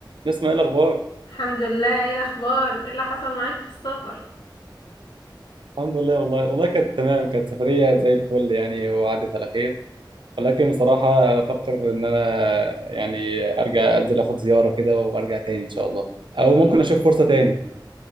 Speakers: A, on the right; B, on the left.
A: نسمع ايه الاخبار
B: الحمد لله ايه الاخبار ايه اللي حصل معاك في السفر
A: الحمد لله والله والله كانت تمام كانت سفريه زي الفل يعني وعدت على خير ولكن بصراحه بفكر ان انا يعني ارجع انزل اخد زياره كده وارجع تاني ان شاء الله او ممكن اشوف فرصه تاني